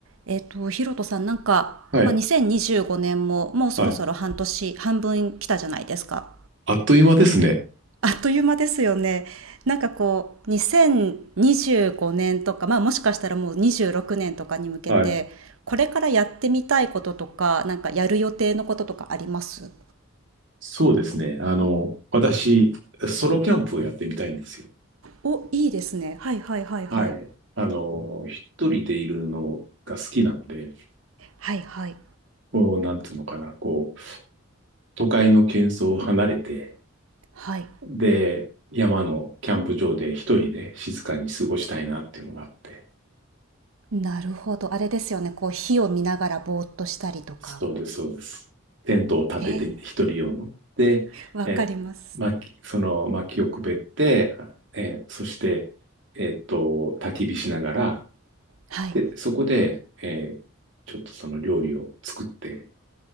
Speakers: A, on the right (about 80°); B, on the right (about 60°).
A: えっと、ヒロトさん、なんか、
B: はい。
A: まあ、2025年ももうそろそろ半年、
B: はい。
A: 半分来たじゃないですか。
B: あっという間ですね。
A: あっという間ですよね。なんかこう、2025年とか、まあ、もしかしたらもう26年とかに向けて、
B: はい。
A: これからやってみたいこととか、なんかやる予定のこととかあります
B: そうですね。あの、私、ソロキャンプをやってみたいんですよ。
A: お、いいですね。はいはいはいはい。
B: はい。あの、一人でいるのが好きなんで、
A: はいはい。
B: こう、なんつうのかな、こう、都会の喧騒を離れて、
A: はい。
B: で、山のキャンプ場で一人で静かに過ごしたいなっていうのがあって。
A: なるほど。あれですよね。こう、火を見ながらぼーっとしたりとか。
B: そうです、そうです。テントを立てて、
A: えー
B: 一人用の。で、
A: わかります。
B: え、薪、その薪をくべって、え、そして、えっと、焚き火しながら、
A: はい。
B: で、そこで、えーちょっとその料理を作って、